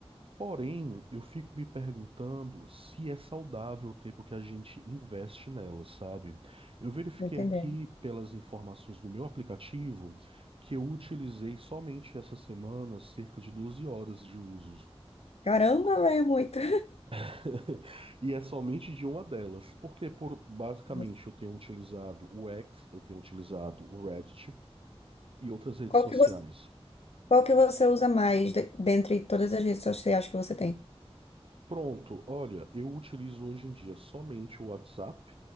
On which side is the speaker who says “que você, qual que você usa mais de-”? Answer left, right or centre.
Left